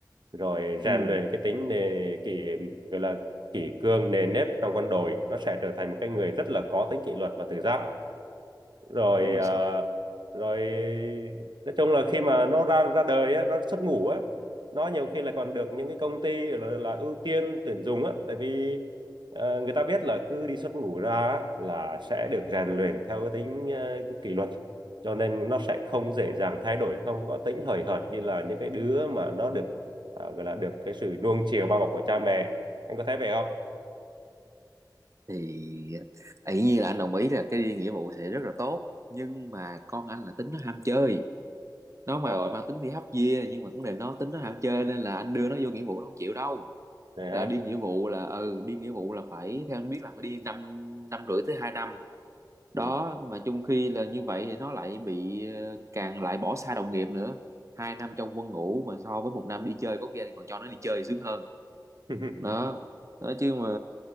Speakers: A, on the right; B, on the right.
A: rồi rèn
B: ừ
A: luyện cái tính nề kỷ gọi là kỷ cương nề nếp trong quân đội nó sẽ trở thành một cái người rất là có tính kỷ luật và tự giác rồi
B: ui
A: à,
B: giời
A: rồi nói chung là khi mà nó ra ra đời á nó xuất ngũ á nó nhiều khi là còn được những cái công ty là, là ưu tiên tuyển dụng á tại vì à, người ta biết là cứ đi xuất ngũ ra á, là sẽ được rèn luyện theo cái tính à, kỷ luật cho nên nó sẽ không dễ dàng thay đổi không có tính hời hợt như là những cái đứa mà nó được à, gọi là được cái sự nuông chiều bao bọc của cha mẹ anh có thấy vậy không
B: thì tự nhiên là anh đồng ý là cái đi nghĩa vụ sẽ rất là tốt nhưng mà con anh là tính nó ham chơi nó mà
A: ờ
B: gọi mang tính đi hấp dìa nhưng mà cũng là nó tính nó ham chơi nên là anh đưa nó vô nghĩa vụ nó không chịu đâu
A: này ha
B: là đi nghĩa vụ là ừ đi nghĩa vụ là phải theo anh biết là phải đi năm năm rưỡi tới hai năm đó
A: ừ.
B: mà chung khi là như vậy thì nó lại bị ờ, càng lại bỏ xa đồng nghiệp nữa hai năm trong quân ngũ mà so với một năm đi chơi có khi anh còn cho nó đi chơi sướng hơn
A: <laughs>
B: đó đó chứ mà